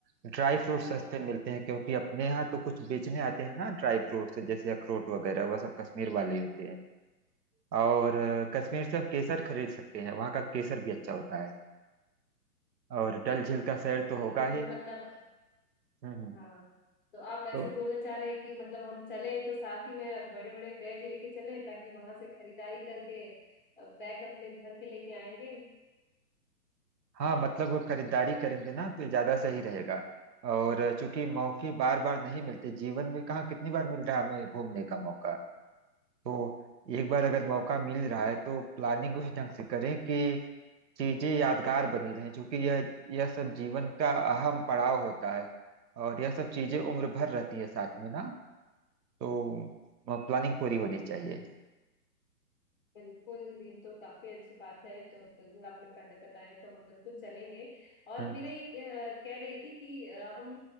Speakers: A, on the right (about 80°); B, on the left (about 35°).
A: ड्राई फ्रूट
B: हाँ
A: सस्ते मिलते हैं क्योंकि अपने यहाँ तो कुछ बेचने आते हैं ना ड्राई फ्रूट्स जैसे अखरोट वगैरह वह सब कश्मीर वाले ही होते हैं और अ, कश्मीर से हम केसर खरीद सकते हैं वहाँ का केसर भी अच्छा होता है और डल झील का सैर तो
B: ये
A: होगा
B: बिल्कुल
A: ही
B: मतलब
A: हम्म हम्म।
B: हाँ तो आप ऐसे
A: तो
B: बोलना चाह रहे हैं कि मतलब हम चले तो साथ ही में बड़े बड़े बैग लेके चले ताकि वहां से खरीदारी करके अ, बैग अपने भर के लेके आएंगे
A: हाँ मतलब वो खरीदारी करेंगे ना तो ये ज्यादा सही रहेगा और चूंकि मौके बार बार नहीं मिलते जीवन में कहाँ कितनी बार मिल रहा है हमें घूमने का मौका तो एक बार अगर मौका मिल रहा है तो प्लानिंग उस ढंग से करें कि चीजें यादगार बनी रहें क्योंकि यह यह सब जीवन का अहम पड़ाव होता है और यह सब चीजें उम्र भर रहती है साथ में ना तो प्लानिंग पूरी होनी चाहिए
B: बिल्कुल ये तो काफी अच्छी बात है तो बिल्कुल आपने पहले बताया तो हम बिल्कुल चलेंगे और
A: हम्म हम्म।
B: मेरा एक अ, कह रही थी कि अ, हम